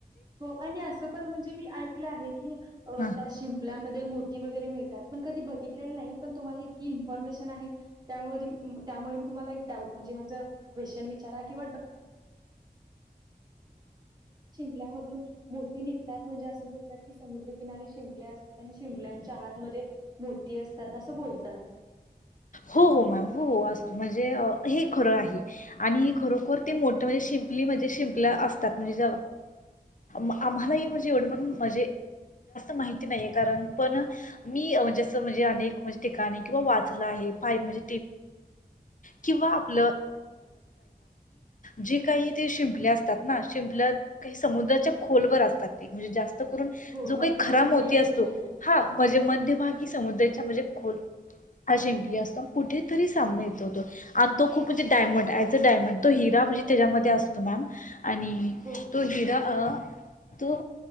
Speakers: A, on the right; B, on the left.
A: हो आणि असं पण म्हणजे मी ऐकलं आहे की
B: हा
A: त्या शिंपल्यामध्ये मोती वगैरे मिळतात पण कधी बघितलेलं नाही पण तुमला इतकी ॉमेश त्या मी तुम्हाला एक डाउट म्हणजे मा क्वेन विचार किं <unintelligible> मो निघतात म्हणजे अस बतात की समुद्रकिनारी शिंपले असतात शिंच्या आत. मोती असतात अस बोलतात.
B: हो हो मॅम हो हो असत म्हणजे हे खरं आहे आणि खरोखर ते मोठण ण असतातण आम्हाणव मा नाही कारण पण मी म्हणजे अा किंवा म्हण किंवा आप जे काही ते शिंपले असतात ना शिंपल्या काही समुद्राच्या खोलवर असतात ते म्हणजे जास्त ून
A: हो
B: जो काही
A: मध्यभागी
B: खराब मोती
A: असं
B: असतो
A: बोलतात.
B: हा म्हणजे मध्यभागी समुद्राच्या म्हणजे ख हा शिंपली असतो कुठेतरी सांायतोतो आणि तो खूप म्हणजे डायमंड ज अ डायमंड तो हिरा म्हणजे त्याच्यामध्ये असतो मॅम आणि
A: हो, हो.
B: तो हिरा. तो